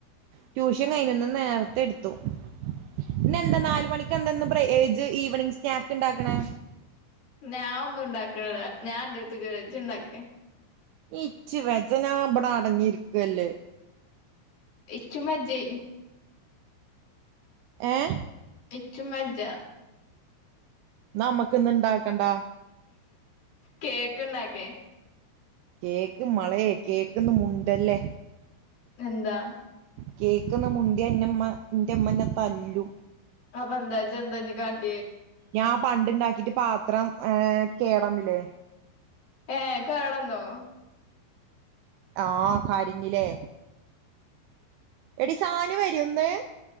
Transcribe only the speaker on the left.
ഞാൻ ഒന്നും ണ്ടാക്ക്ണില്ലഉണ്ടാക്ക ഞാൻ അന്റെ അടുത്ത് വരാ ജ്ജ് ഉണ്ടാക്കിയ
എച്ചും വെജേ
ഇച്ചുവെജ്ജ
കേക്ക്ണ്ടാക്കെ
എന്താ
ആഹ്പന്താ ജ്‌പന്താ കാട്ട്വ
ഏ കേടന്നോ